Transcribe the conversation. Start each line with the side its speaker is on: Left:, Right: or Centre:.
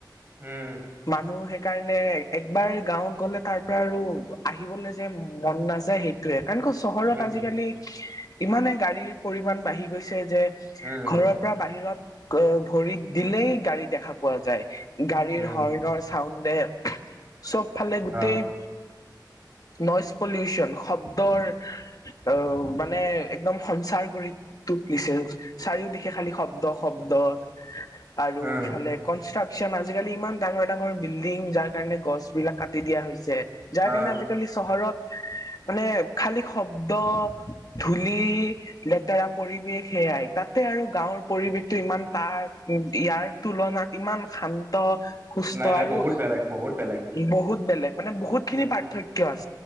Right: উম।
Left: মানুহ সেইকাৰণে একবাৰ গাঁৱত গ'লে তাৰ পৰা আৰু আহিবলে যে মন নাযায় সেইটোৱে। এনেকা চহৰত
Right: উম
Left: আজিকালি ইমানে গাড়ীৰ পৰিমান বাঢ়ি গৈছে যে,
Right: উম উম
Left: ঘৰৰ পৰা বাহিৰত, গৈ ভৰিত দিলেই গাড়ী দেখা পোৱা যায়। গাড়ীৰ
Right: উম
Left: হৰ্ণৰ চাউণ্ডে চব ফালে গোটেই
Right: অ
Left: নইজ পলিউচন শব্দৰ অ মানে একদম সঞ্চাৰ কৰি তুলিছে চাৰিও দিশে খালি শব্দ শব্দ। অ আৰু
Right: উম
Left: এইফালে কনষ্ট্ৰাক চন আজিকালি ইমান ডাঙৰ ডাঙৰ বিল্ডিং যাৰ কাৰণে গছ বিলাক কাটি দিয়া হৈছে। যাৰ কাৰণে
Right: অ
Left: আজিকালি চহৰত মানে খালি শব্দ ধূলি, লেতেৰা পৰিৱেশ সেয়াই তাতে আৰু গাঁৱৰ পৰিৱেশতটো ইমান তাৰ ইয়াৰ তুলনাত ইমান শান্ত সুস্থ
Right: নাই নাই
Left: আৰু
Right: বহুত বেলেগ বহুত বেলেগ
Left: বহুত বেলেগ মানে বহুত খিনি
Right: উম
Left: পাৰ্থক্য আৰু